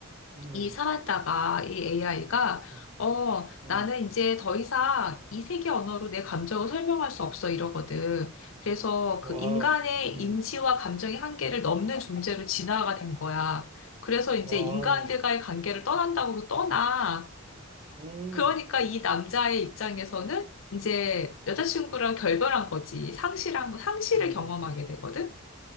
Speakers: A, on the right; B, on the left.
A: 음,
B: 이 살았다가 이 AI가
A: 음,
B: 어
A: 음.
B: 나는 이제 더 이상 이 세계 언어로 내 감정을 설명할 수 없어 이러거든. 그래서 그
A: 와우,
B: 인간의
A: 음,
B: 인지와 감정의 한계를 넘는 존재로 진화가 된 거야. 그래서 이제
A: 와우,
B: 인간들과의 관계를 떠난다고 도 떠나.
A: 음,
B: 그러니까 이 남자의 입장에서는 이제 여자친구랑 결별한 거지. 상실한 상실을
A: 음,
B: 경험하게 되거든.